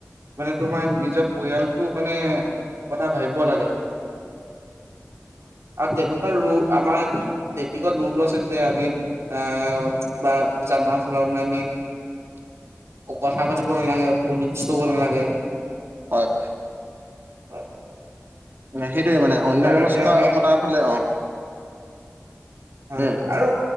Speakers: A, on the right (about 70°); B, on the right (about 50°).
A: মানে তোমাৰ নিজৰ পৰিয়ালটো মানে কথা ভাবিব লাগে।
B: <inaudible>
A: আ তেন ৰু আমাৰ ট্ৰেফিকত ৰুলো আছে যে আমি অ', বা যান বাহন চল বণামি।
B: উ <unintelligible>
A: কথা পাতিব নালাগে, ফোন ইউচ কৰিব নালাগে।
B: হয়।
A: হয়।
B: সেইটোয়ে মানে অন্য মনস্ক
A: এতিয়া আমি
B: কটাৰ ফালে অ'।
A: হয়,
B: উম
A: আৰু।